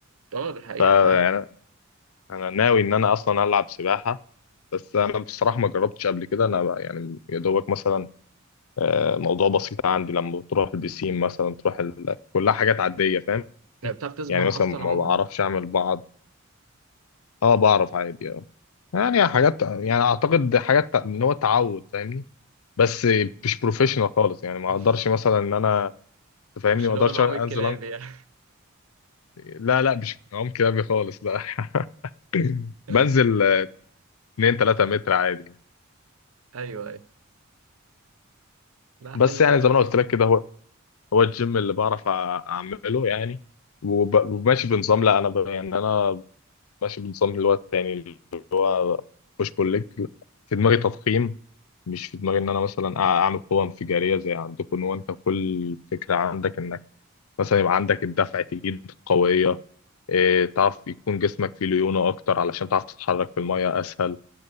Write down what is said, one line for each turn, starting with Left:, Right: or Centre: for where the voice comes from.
Right: اه دي حقيقة
Left: فيعني
Right: فعلا
Left: انا ناوي ان انا اصلا العب سباحه بس انا بصراحه ما جربتش قبل كده انا بقى يعني يا دوبك مثلا آه، موضوع بسيط عندي لما تروح البسين مثلا تروح ال... كلها حاجات عاديه فاهم
Right: يعني بتعرف تسبح
Left: يعني مثلا
Right: اصلا
Left: ما
Right: عموما
Left: بعرفش اعمل بعض اه بعرف عادي اه يعني حاجات يعني اعتقد حاجات تع- ان هو تعود فاهمني بس مش بروفيشنال خالص يعني ما
Right: <laughs>
Left: اقدرش مثلا ان انا تفهمني
Right: مش
Left: ما
Right: اللي
Left: اقدرش
Right: هو العوم
Left: انزل
Right: الكلابي يعني
Left: لا لا مش عم كلابي خالص لا <laughs>
Right: <laughs>
Left: بنزل 2 3 متر عادي يعني.
Right: ايوه ايوه لا
Left: بس
Right: حلو
Left: يعني
Right: بصراحة
Left: زي ما انا قلت لك كده هو هو الجيم اللي بعرف أع- اعمله يعني وب- وماشي بنظام لا انا ب... يعني انا ماشي بنظام اللي هو التاني اللي هو بوش بول ليج في دماغي تضخيم مش في دماغي ان انا مثلا أع- اعمل قوه انفجاريه زي عندكم ان هو انت كل فكره عندك انك مثلا يبقى عندك الدفع تجيب قويه إيه، تعرف يكون جسمك فيه ليونه اكتر علشان تعرف تتحرك في الميه اسهل